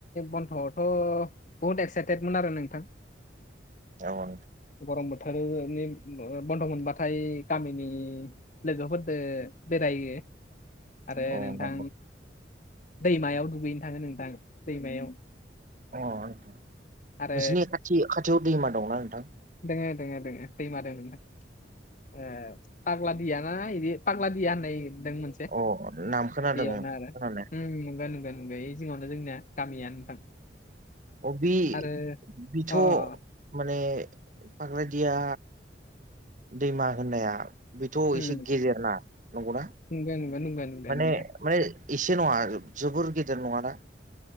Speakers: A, on the left; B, on the right.
A: बन्द'आवथ' बहुत एक्साइटेदमोन आरो नोंथां।
B: औ औ।
A: गरम बोथोरनि बन्द' मोनबाथाय गामिनि लोगोफोरदो बेरायो। आरो
B: औ
A: नोंथां
B: नंगौ
A: दैमायाव दुगैनो थाङो नोंथां दैमायाव।
B: अह नोंथां। नोंसिनि
A: आरो
B: खाथि खाथियाव दैमा दंना नोंथां?
A: दोङो दोङो दोङो दैमा दों नोंथां। ओ पाग्ला दियाना बिदि पाग्ला दिया होननायदों मोनसे से
B: अ नाम खोनादों
A: बेयावनो
B: खोनानाया
A: आरो। उम नुगोन नुगोन। बै जिङावनो जोंनिया गामिया नोंथां।
B: अ बि
A: आरो
B: बिथ'
A: अ अ
B: माने फाग्ला दिया दैमा होननाया बेथ'
A: उम
B: एसे गेजेरना नंगौना
A: नंगौ नंगौ नंगौ नंगौ
B: माने
A: नंगौ
B: माने एसे नङा जोबोर गेदेर नङाना?